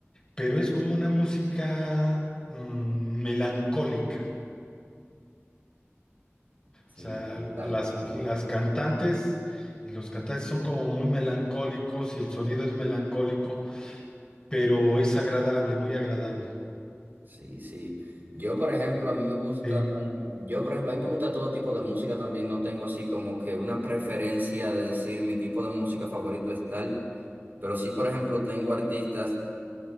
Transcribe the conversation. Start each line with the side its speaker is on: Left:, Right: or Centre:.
Left: pero es como una música mm, melancólica.
Right: Sentimental,
Left: O sea, las,
Right: sí.
Left: las cantantes y los cantantes son como muy melancólicos y el sonido es melancólico, pero es agradable, muy agradable.
Right: Sí, sí. Yo, por ejemplo, a mí me gusta,
Left: Sí.
Right: yo, por ejemplo, a mí me gusta todo tipo de música también. No tengo así como que una preferencia de decir mi tipo de música favorito es tal, pero sí, por ejemplo, tengo artistas